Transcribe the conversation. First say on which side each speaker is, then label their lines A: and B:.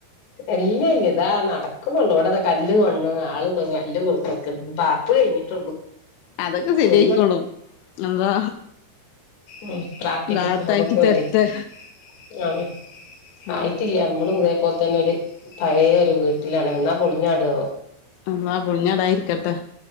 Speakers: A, on the left; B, on the left.
A: എല്ല ഇല്ല ഇതാ നടക്കുന്നുള്ളു ഇവിടെതാ കല്ല് കൊണ്ണ് ആള് ത കല്ല് കൊടുക്കുന്നു വാർപ്പ് കഴിഞ്ഞിട്ടുള്ളു
B: അതൊക്കെ ശരിയായിക്കോളും
A: റൂ
B: അള്ളാ
A: ഉം പ്രാർത്ഥിക്ക്
B: റാഹത്താക്കി
A: നമുക്കക്കെ വേണ്ടിട്ട്.
B: തരട്ടെ
A: <unintelligible>
B: ആ
A: ആയിട്ടില്ല നമ്മളും ഇതേപോലെ തന്നെ ഒര് പഴയ ഒരു വീട്ടിലാണ് എന്നാ പൊളിഞ്ഞാടോ?
B: അള്ളാ പൊളിഞ്ഞാടാതിരിക്കട്ടെ.